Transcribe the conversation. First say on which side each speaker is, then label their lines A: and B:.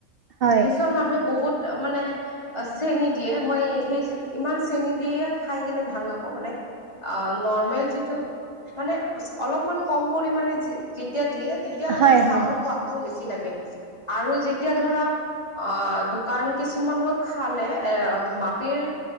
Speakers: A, on the right (about 60°); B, on the left (about 30°).
A: হয়
B: কিছুমান মানুহে বহুত মানে অ চেনী দিয়ে মই সেই ইমান চেনী দিয়ে খায় কিনে ভাল নাপাওঁ মানে। অ, নৰ্মেল যিটো মানে অলপমান কম পৰিমানে যি তেতিয়া দিয়ে তেতিয়া মানে
A: হয়
B: চাহৰ
A: হয়
B: সোৱাদটো বেছি লাগে। আৰু যেতিয়া ধৰা অ, দোকান কিছুমানত খালে এ মাটিৰ